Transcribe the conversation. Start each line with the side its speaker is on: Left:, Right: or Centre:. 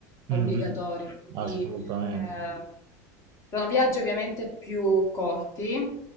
Right: Mhm,
Left: obbligatori, quindi
Right: Assolutamente.
Left: eh,
Right: sì.
Left: sono viaggi ovviamente più corti,